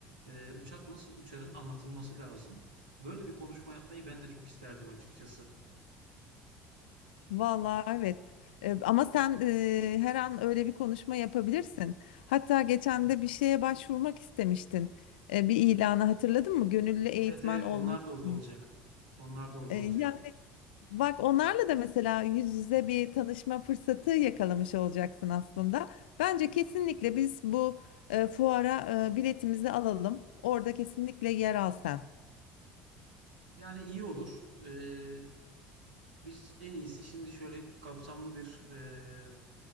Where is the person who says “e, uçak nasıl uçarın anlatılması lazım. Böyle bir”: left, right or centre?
Right